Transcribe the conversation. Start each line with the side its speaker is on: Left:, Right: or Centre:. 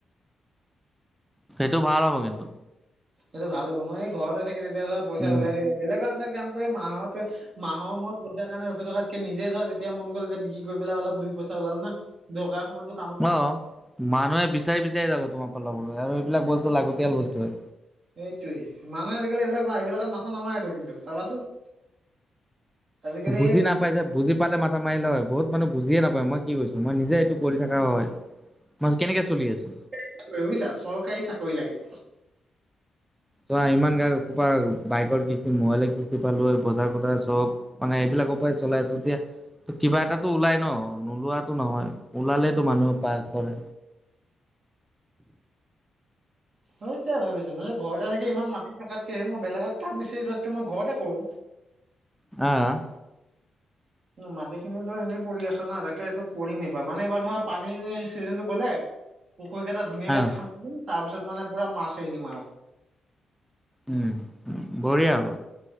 Centre: সেইটো ভাল হ'ব কিন্তু।
Right: সেইটো ভাল হ'ব নহয়, এই ঘৰতে থাকি তেতিয়া ধৰা পইচা
Centre: উম।
Right: ওলাই থাকিব, বেলেগৰ আডাৰ কাম কৰি মাহত মাহৰ মূৰত পইচাৰ কাৰণে ৰখি থকা তাতকে নিজে ধৰা যেতিয়া মন গ'ল তেতিয়া বিক্ৰী কৰিলৈ অলপ দুই পইচা ওলালো ন। দৰকাৰ সময়তো
Centre: অ, মানুহে বিচাৰি বিচাৰি যাব তোমাৰ পৰা ল'বলৈ আৰু এইবিলাক বস্তু লাগতিয়াল বস্তোয়ে।
Right: সেইটোৱে মানুহে আজিকালি এইবিলাক এইবিলাকত মাথা নামাৰেটো কিন্তু চাবাচোন। আজিকালি
Centre: বুজি
Right: সেই
Centre: নাপাই যে, বুজ পালে মাথা মাৰিলে হয় বহুত মানুহ বুজিয়ে নাপায় মই কি কৈছো মই নিজে এইটো কৰি থকা হয়, মই কেনেকে চলি আছো।
Right: <inaudible> বুজিছা চৰকাৰী চাকৰি লাগে।
Centre: চোৱা ইমান গা খোপা বাইকৰ কিস্তি, মোবাইলৰ কিস্তি পা লৈ বজাৰ চজাৰ চব। মানে এইবিলাকৰ পৰাই চলাই আছোঁ তেতিয়া কিবা এটাতো ওলাই ন, নোলোৱাতো নহয়। ওলালেইটো মানুহে পাই, কৰে।
Right: সেইটাৱেই ভাবিছোঁ, ঘৰতে থাকি ইমান মাটি থাকাতকে মই বেলেগত কাম বিচাৰি যোৱাতকে, মই ঘৰতে কৰোঁ।
Centre: অ'।
Right: মাটিখিনিটো এনে পৰি আছে না, তাকে এইটো কৰিম এইবাৰ। মানে এইবাৰ ধৰা পানী চিজনতটো গ'লে পুখুৰীকেইটা ধুনীয়াকে
Centre: আহ
Right: খান্দদিম, তাৰপিছত মানে পুৰা মাছ এৰি দিম আৰু।
Centre: উম, বঢ়িয়া হ'ব।